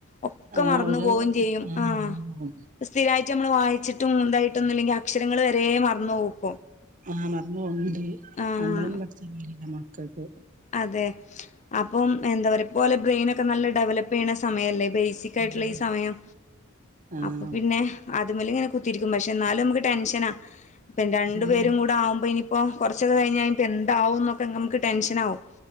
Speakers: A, on the left (about 35°); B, on the right (about 40°).
A: ഒക്കെ
B: ആഹ്
A: മറന്നു
B: ഒരു
A: പോവുകയും ചെയ്യും
B: ആഹ്
A: ആ
B: മറന്നു പോകും
A: സ്ഥിരായി റ്റ് നമ്മൾ വായിച്ചിട്ട് മൂതായിട്ടൊന്നും ഇല്ലെങ്കിൽ അക്ഷ രങ്ങള് വരെേ മറന്നുപോകും
B: ആ മറന്ന് പോവുന്നുണ്ട്
A: ആഹ്
B: നമ്മളൊന്നും പഠിച്ചിട്ടില്ല ക്കക്ക്
A: അതെ അപ്പം എന്താ പറയാ ഇപ്പോലെ ബ്രെയിൻ ഒക്കെ നല്ല ഡെവല്പ്പ് ചെയ്യണ സമയല്ലേ ബേസിക്
B: ഉം
A: ആയിട്ടുള്ള ഈ സമയം
B: ആഹ്
A: അപ്പൊ പിന്നെ അത്മല് ഇങ്ങനെ കുത്തിരിക്കും പക്ഷെ എന്നാലും നമുക്ക് ടെൻഷനാ ഇപ്പം രണ്ടു
B: ഉം
A: പേരും കൂടെ ആവുമ്പോ ഇനി ഇപ്പോ കുറച്ചൊക്കെ കഴിഞ്ഞ ഇനി എന്താവും എന്നൊക്കെ നമുക്ക് ടെൻഷൻ ആകും